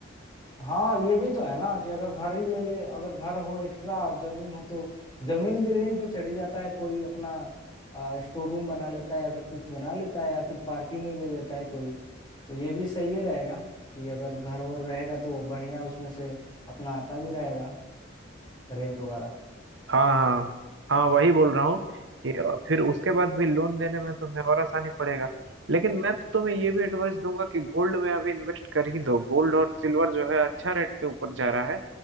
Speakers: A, on the left; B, on the right.
A: हाँ ये भी तो है ना कि अगर घर ही ले ले अगर घर हो एक्स्ट्रा और जमीन हो तो जमीन भी रेंट पे चढ़ी जाता है कोई अपना स्टोर रूम बना लेता है या फिर कुछ बना लेता है या फिर पार्किंग ही ले लेता है कोई तो ये भी सही ही रहेगा कि अगर घर वर रहेगा तो बढ़िया उसमें से अपना आता भी रहेगा रेंट वगैरह
B: हाँ हाँ हाँ वही बोल रहा हूँ कि फिर उसके बाद भी लोन देने में तुम्हें और आसानी पड़ेगा लेकिन मैं तो तुम्हें ये भी एडवाइस दूंगा कि गोल्ड में अभी इन्वेस्ट कर ही दो गोल्ड और सिल्वर जो है अच्छा रेट से ऊपर जा रहा है